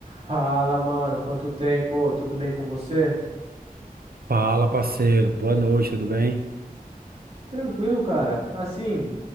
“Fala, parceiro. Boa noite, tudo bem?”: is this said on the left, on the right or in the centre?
Right